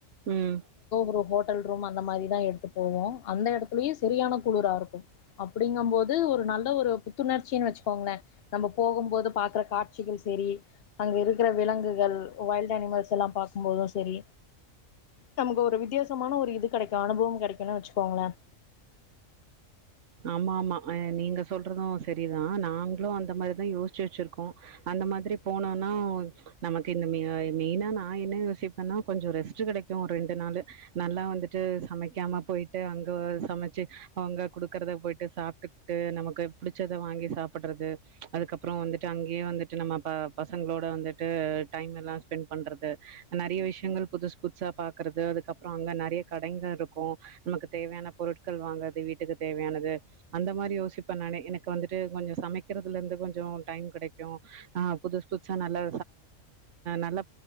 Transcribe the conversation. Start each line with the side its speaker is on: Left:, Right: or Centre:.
Right: உம்
Left: ஒரு ஹோட்டல் ரூம் அந்த மாரிதான் எடுத்து போவோம் அந்த இடத்துலயும் சரியான குளுரா இருக்கும் அப்படிங்கும் போது ஒரு நல்ல ஒரு புத்துணர்ச்சி வச்சுக்கோங்களேன் நம்ம போகும் போது பாக்குற காட்சிகள் சரி அங்க இருக்கிற விலங்குகள் வைல்ட் அனிமல்ஸ் எல்லாம் பார்க்கும்போதும் சரி நமக்கு ஒரு வித்தியாசமான ஒரு இது கிடைக்கும் அனுபவம் கிடைக்கும்னு வச்சுக்கோங்களேன்
Right: ஆமா ஆமா ஹன் நீங்க சொல்றதும் செரிதான் நாங்களும் அந்த மாதிரிதான் யோசிச்சு வச்சிருக்கோம் அந்த மாதிரி போனோம்னா நமக்கு இந்த மெயினா நான் என்ன யோசிப்பேன்னா கொஞ்சம் ரெஸ்ட் கிடைக்கும் ஒரு ரெண்டு நாள் நல்லா வந்துட்டு சமைக்காம போயிட்டு அங்க சமைச்சு அவங்க குடு க்றத போயிட்டு சாப்டுட்டு நமக்கு பிடிச்சத வாங்கி சாப்படுறது அதுக்கப்புறம் வந்துட்டு அங்கேயே வந்துட்டு நம்ம பசங்களோட வந்துட்டு டைம் எல்லாம் ஸ்பெண்ட் பண்றது நெறைய விஷயங்கள் புதுசு புதுசா பாக்குறது அதுக்கறம் அங்க நெறைய கடைகள் இருக்கும் நமக்கு தேவையான பொருட்கள் வாங்கறது வீட்டுக்கு தேவையானது அந்த மாரி யோசிப்பன் நானு எனக்கு வந்துட்டு கொஞ்சம் சமைக்கிறதுல இருந்து கொஞ்சம் டைம் கிடைக்கும் ஆஹ் புதுசு புதுசா நல்லா நல்லா